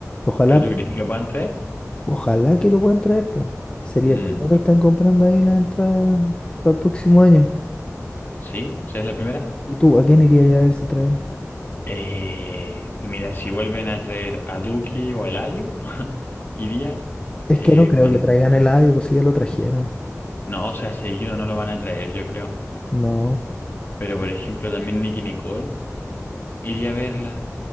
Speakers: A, on the left; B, on the left.
A: Ojalá,
B: ¿Pero tú crees que lo puedan traer?
A: ojalá que lo puedan traer, pues. Sería
B: Mm,
A: el primero, están comprando ahí la entrada para el próximo año.
B: sí, ¿sí es la primera?
A: ¿Y tú, a quién irías a ver si traen?
B: Eh, mira, si vuelven a traer a Duki o a Eladio, <laughs> iría
A: Es
B: eh,
A: que no creo
B: con...
A: que traigan el Eladio, pues si ya lo trajeron.
B: No, o sea, seguido no lo van a traer, yo creo.
A: No.
B: Pero, por ejemplo, también Nicki Nicole, iría a verla.